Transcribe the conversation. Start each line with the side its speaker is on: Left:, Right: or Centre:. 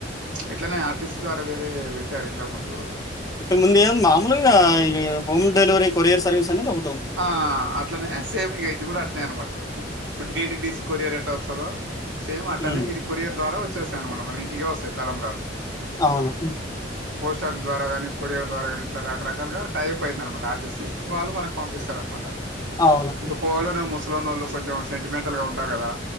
Right: ఇట్లనే ఆర్టిస్ట్ ద్వారా వేరే పెట్టారు ఇంతకు ముందు
Left: ఇక ముందెం మామూలుగా ఈ హోమ్ డెలివరీ కొరియర్ సర్వీస్ అనేది ఒక
Right: ఆ అట్లనే సేమ్ ఇగ ఇది కూడా అట్నే అనమాట ఇప్పుడు డిటిడిసి కొరియర్ ఎట్లా వస్తదో సేమ్ అట్లనే
Left: హ్మ్.
Right: ఇది కొరియర్ ద్వారా వచ్చేస్తాయనమాట మన ఇంటికి వస్తయ్ తలంబ్రాలు
Left: అవును ఉ
Right: ట్రక్ ద్వారా కానీ కొరిర్ ద్వారా కాని ఇట్లా రరకాలుగా టైయప్ అయిందనమాట ఆర్టీసీ వాల్ మనక్ పంపిస్తారు అనమాట
Left: అవును.
Right: ఇక పోవలేనోళ్లు ముసలోనోళ్ళు కొంచెం సెంటిమెంటల్ గా ఉంటారు కదా